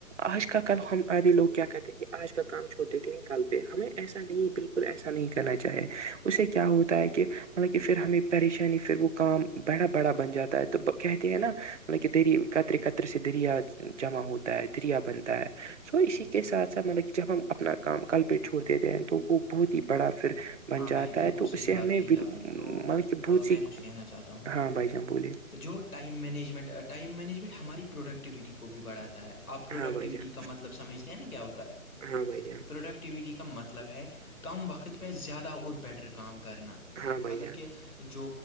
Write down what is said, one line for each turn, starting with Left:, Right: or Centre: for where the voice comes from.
Right: آج کا کل ہم آدے لوگ کیا کہتے ہیں کہ آج کا کام چھوڑ دیتے ہیں کل پہ ہمیں ایسا نہیں ہے بالکل کول ایسا نہیں کرنا چاہے اس سے کیا ہوتا ہے کہ مطلب کہ پھر ہمیں پریشانی پھر وہ کام بڑا بڑا بن جاتا ہے تو کہتے ہیں نا مطلب کہ دری قترے قترے سے دریا جمع ہوتا ہے دریا بنتا ہے سو اسی کے ساتھ ساتھ مطلب کہ جب ہم اپنا کام کل پیٹ چھوڑ دیتے ہیں تو وہ بہت ہی بڑا پھر بن
Left: ہاں
Right: جاتا
Left: بھائی بالکل
Right: ہے تو
Left: صحیح
Right: اس سے
Left: بات
Right: ہمیں
Left: کہی
Right: مطلب
Left: آپ نے تو
Right: کہ
Left: آ،
Right: بہت
Left: میں
Right: سی
Left: کچھ کہنا چاہتا ہوں
Right: ہاں بھائی جان بولے
Left: جو ٹائم مینجمنٹ ٹائم مینجمنٹ ہماری پروڈکٹیوٹی کو بھی بڑھاتا ہے آپ پروڈکٹیوٹی
Right: ہاں بھائی جان
Left: کا مطلب سمجھتے ہیں نا کیا ہوتا ہے
Right: ہاں بھائی جان
Left: پروڈکٹ ایکٹیوٹی کا مطلب ہے کم وقت میں زیادہ اور بیٹر کام کرنا
Right: ہاں بھائی
Left: مطلب
Right: جان
Left: کہ جو